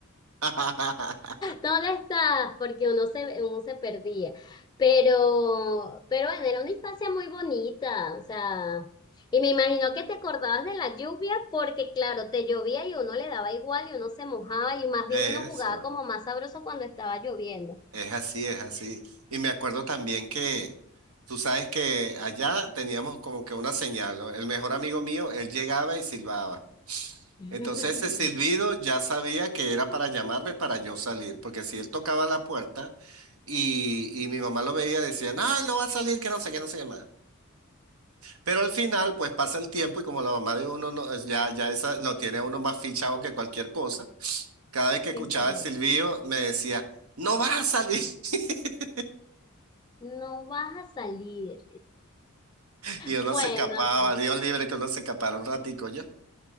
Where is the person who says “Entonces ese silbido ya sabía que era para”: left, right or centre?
Right